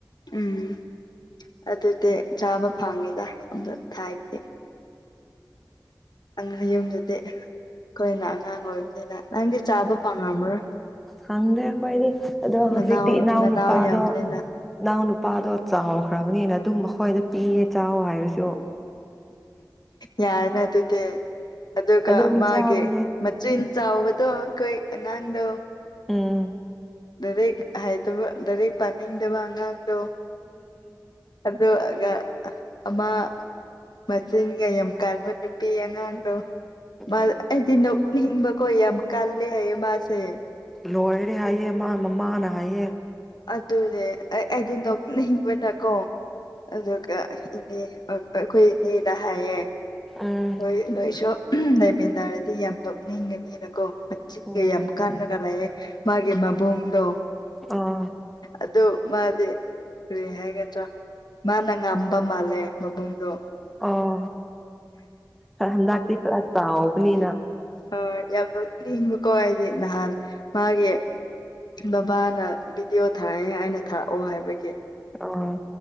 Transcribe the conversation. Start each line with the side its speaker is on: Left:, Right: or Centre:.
Left: ꯎꯝ ꯑꯗꯨꯗꯤ ꯆꯥꯕ ꯐꯪꯉꯤꯗ ꯑꯝꯗ ꯊꯥꯏꯇꯦ ꯍꯌꯨꯝꯗꯨꯗꯤ ꯑꯩꯈꯣꯏꯅ ꯑꯉꯥꯡ ꯑꯣꯏꯕꯅꯤꯅ ꯅꯪꯗꯤ ꯆꯥꯕ ꯐꯪꯉꯕ꯭ꯔꯣ
Centre: ꯈꯪꯗ꯭ꯔꯦ ꯑꯩꯈꯣꯏꯗꯤ ꯑꯗꯣ
Left: ꯅꯅꯥꯎ
Centre: ꯍꯧꯖꯤꯛꯇꯤ ꯏꯅꯥꯎ
Left: ꯅꯅꯥꯎ
Centre: ꯅꯨꯄꯥꯗꯣ
Left: ꯌꯥꯝꯕꯅꯤꯅ
Centre: ꯏꯅꯥꯎ ꯅꯨꯄꯥꯗꯣ ꯆꯥꯎꯈ꯭ꯔꯕꯅꯤꯅ ꯑꯗꯨꯝ ꯃꯈꯣꯏꯗ ꯄꯤꯌꯦ ꯆꯥꯎ ꯍꯥꯏꯔꯁꯨ
Left: ꯌꯥꯔꯅ ꯑꯗꯨꯗꯤ ꯑꯗꯨꯒ
Centre: ꯑꯗꯨꯝ
Left: ꯃꯥꯒꯤ
Centre: ꯆꯥꯕꯅꯦ
Left: ꯃꯆꯤꯟ ꯆꯥꯎꯎꯕꯗꯣ ꯀꯣꯏ ꯑꯅꯗ
Centre: ꯎꯝ
Left: ꯗꯔꯦꯛ ꯍꯥꯏꯗ ꯗꯔ ꯄ ꯍꯥꯏꯅꯤꯡꯗꯕ ꯑꯉꯥꯡꯗꯣ ꯑꯗꯨꯒ ꯑꯃ ꯃꯆꯤꯟꯒ ꯌꯥꯝ ꯀꯕ ꯅꯨꯄꯤ ꯑꯉꯥꯡꯗꯣ ꯑꯩꯗꯤ
Centre: ꯎꯝ
Left: ꯈꯣꯏ ꯌꯥꯝ ꯀꯜ ꯂꯩ ꯍꯥꯏꯌꯦꯁꯦ
Centre: ꯂꯣꯏꯔꯦ ꯍꯥꯏꯌꯦꯦ ꯃꯥ ꯃꯃꯥꯅ ꯍꯥꯏꯌꯦꯦ
Left: ꯑꯗꯨꯅꯦ ꯑꯩꯗꯤ ꯅ ꯍꯤꯡꯕ ꯅꯀꯣ ꯑꯗꯨꯒ ꯏꯅꯦ ꯑꯩꯈꯣꯏ ꯏꯅꯦꯅ ꯍꯥꯏꯌꯦ
Centre: ꯎꯝ
Left: ꯍꯣꯏ ꯅꯣꯏꯁꯨ ꯂꯩꯃꯤꯟꯅꯔꯗꯤ ꯌꯥꯝ ꯅꯣꯛꯅꯤꯡꯉꯅꯤꯅꯀꯣ ꯃꯆꯤꯟꯒ
Centre: ꯎꯝ
Left: ꯌꯥꯝ ꯀꯥꯟꯅꯒ ꯂꯥꯛꯑꯦ ꯃꯥꯒꯤ ꯃꯕꯨꯡꯗꯣ
Centre: ꯑꯥ
Left: ꯑꯗꯨ ꯃꯥꯗꯤ ꯀꯔꯤ ꯍꯥꯏꯒꯗ꯭ꯔꯥ ꯃꯥꯅ ꯉꯝꯕ ꯃꯥꯜꯂꯦ ꯃꯕꯨꯡꯗꯣ
Centre: ꯑꯣ ꯈꯔ ꯍꯟꯗꯛꯇꯤ ꯈꯔ ꯆꯥꯎꯕꯅꯤꯅ
Left: ꯍꯣꯏ ꯌꯥꯝ ꯅꯅꯤꯡꯕꯀꯣ ꯑꯩꯗꯤ ꯅꯍꯥꯟ ꯃꯥꯒꯤ ꯕꯕꯥꯅ ꯚꯤꯗꯤꯑꯣ ꯊꯥꯔꯛꯑꯦ ꯑꯩꯅ ꯊꯥꯔꯛꯑꯣ ꯍꯥꯏꯕꯒꯤ
Centre: ꯑ